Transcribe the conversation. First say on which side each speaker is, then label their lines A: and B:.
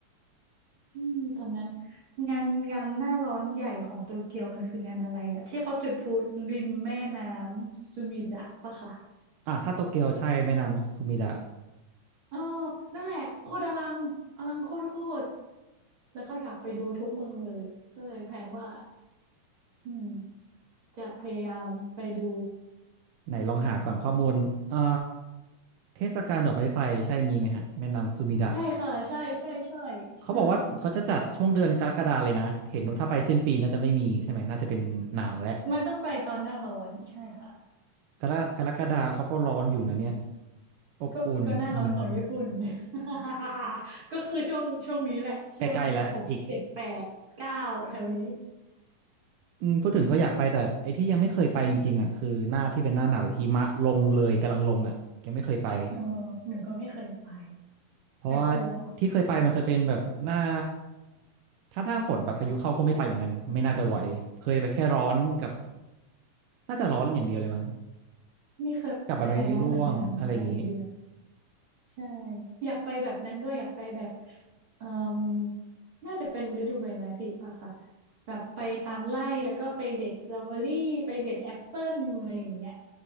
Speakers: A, on the right; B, on the right.
A: อืมตอนนั้นงานงานหน้าร้อนใหญ่ของโตเกียวมันคืองานอะไรอะที่เขาจุดพลุริมแม่น้ำซูมิดะปะคะ
B: อ่ะถ้าโตเกียวใช่แม่น้ำซูมิดะ
A: เออนั่นแหละโคตรอลังอลังโคตรโคตร แล้วก็อยากไปดูทุกเมืองเลยก็เลยแผนว่าอืมจะพยายามไปดู
B: ไหนลองหาก่อนข้อมูลอ่าเทศกาลดอกไม้ไฟใช่นี้ไหมฮะแม่น้ำซูมิดะ
A: ใช่ค่ะใช่ใช่ใช่ใช่
B: เขาบอกว่าเขาจะจัดช่วงเดือนกรกฎาเลยนะเห็นว่าถ้าไปสิ้นปีน่าจะไม่มีใช่ไหมน่าจะเป็นหนาวและ
A: มันต้องไปตอนหน้าร้อนใช่ค่ะ
B: กรกรกฎาเขาก็ร้อนอยู่นะเนี่ยอบอุ่นอืม
A: ก็ก็หน้าร้อนของญี่ปุ่น <laughs> ก็คือช่วงช่วงนี้แหละช่วงหกเจ็ดแปดเก้าแถวนี้
B: <laughs> ใกล้ๆแล้วอีกอืมพูดถึงก็อยากไปแต่ไอ้ที่ยังไม่เคยไปจริงๆอ่ะคือหน้าที่เป็นหน้าหนาวแบบหิมะลงเลยกำลังลงอ่ะยังไม่เคยไป
A: เออหนูก็ไม่เคยไป
B: เพราะว่า
A: แต่กลัว
B: ที่เคยไปมันจะเป็นแบบหน้าถ้าหน้าฝนแบบพายุเข้าก็ไม่ไปเหมือนกันไม่น่าจะไหวเคยไปแค่ร้อนกับน่าจะร้อนอย่างเดียวเลยมั้ง
A: นี่เคยไปแต่ร้อนเหมือนกันร้อนอย่างเดียว
B: กับใบไม้ร่วงอะไรอย่างงี้
A: ใช่อยากไปแบบนั้นด้วยอยากไปแบบเอ่มน่าจะเป็นฤดูใบไม้ผลิอะค่ะแบบไปตามไร่แล้วก็ไปเด็ดสตรอเบอรี่ไปเด็ดแอปเปิ้ลอะไรอย่างเงี้ย